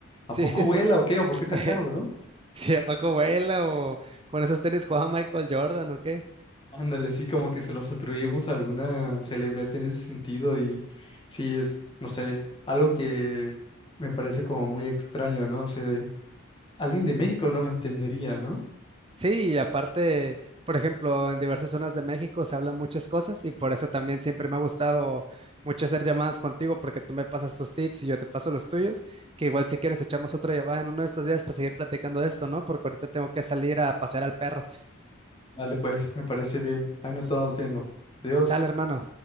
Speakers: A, on the left (about 25°); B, on the right (about 25°).
A: ¿a
B: sí,
A: poco
B: sí,
A: vuela
B: sí.
A: o qué? ¿O por
B: <laughs>
A: qué tan caro, no?
B: Sí, a Paco Vela o con esos tenis jugaba Michael Jordan, ¿o qué?
A: Ándale, sí, como que se los atribuimos a alguna celebridad en ese sentido y sí es, no sé, algo que me parece como muy extraño, ¿no? O sea, de- alguien de México no lo entendería, ¿no?
B: Sí, y aparte, por ejemplo, en diversas zonas de México se hablan muchas cosas y por eso también siempre me ha gustado mucho hacer llamadas contigo porque tú me pasas tus tips y yo te paso los tuyos, que igual si quieres echamos otra llamada en uno de estos días para seguir platicando de esto, ¿no? Porque ahorita tengo que salir a pasear al perro.
A: Vale, pues me parece bien. Ahí nos estamos viendo. Adiós.
B: Sale, hermano.